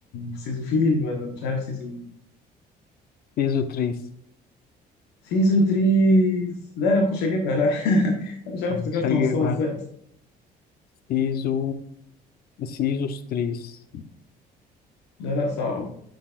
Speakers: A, on the left; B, on the left.
A: سيزو فيل ولا مش عارف سيزو
B: سيزو تريس
A: سيزو تريز لا انا ما كنتش هجيبها لا <laughs> أنا مش عارف
B: مش
A: افتكرت
B: هجيبها
A: نصها ازاي اصلا
B: سيزو سيزو ستريس
A: لا لا صعب